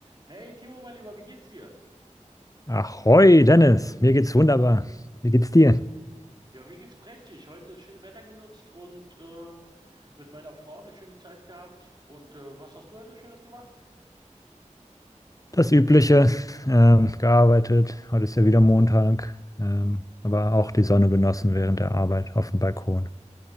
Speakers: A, on the right; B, on the left.
A: Hey Timo, mein Lieber, wie geht's dir?
B: Ahoi, Dennis, mir geht's wunderbar. Wie geht's dir?
A: Ja, mir geht's prächtig. Heute das schöne Wetter genutzt und ähm, mit meiner Frau eine schöne Zeit gehabt. Und äh, was hast du heute Schönes gemacht?
B: Das Übliche, ähm, gearbeitet. Heute ist ja wieder Montag, ähm, aber auch die Sonne genossen während der Arbeit auf dem Balkon.